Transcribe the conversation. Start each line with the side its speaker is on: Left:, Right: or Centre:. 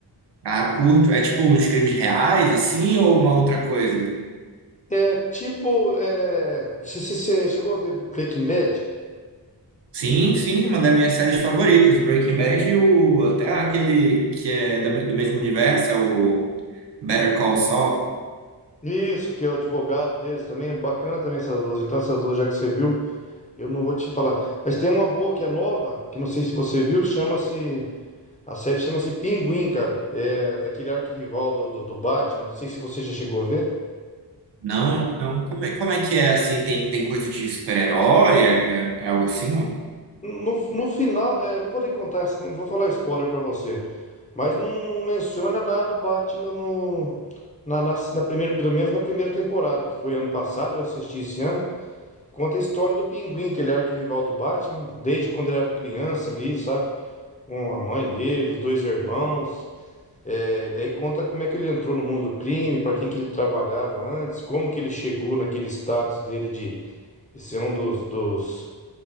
Right: ah, curto. É tipo uns crimes reais, assim, ou uma outra coisa?
Left: É tipo. É... Você, você você chegou a ver Breaking Bad?
Right: Sim, sim, uma das minhas séries favoritas, o Breaking Bad e o, até aquele que é da me- do mesmo universo, é o Better Call Saul.
Left: Isso, que é o advogado deles também. É bacana também essas duas. Então, essas duas, já que você viu. Eu não vou te falar. Mas tem uma boa que é nova, que não sei se você viu, chama-se. A série chama-se Pinguim, cara. É daquele arquirrival do, do, do Batman. Não sei se você já chegou a ver.
Right: Não, não. Como é, como é que é assim? Tem, tem coisa de super-herói? É, é, é algo assim, ó?
Left: No, no final, é, não vou nem contar, não vou falar spoiler pra você. Mas não menciona nada do Batman no, na, na, na primeira, pelo menos na primeira temporada, que foi ano passado, eu assisti esse ano. Conta a história do Pinguim, que ele é arquirrival do Batman, desde quando ele era criança ali, sabe? Com a mãe dele, os dois irmãos. É, daí conta como é que ele entrou no mundo do crime, para quem que ele trabalhava antes, como que ele chegou naquele status dele de, de ser um dos, dos,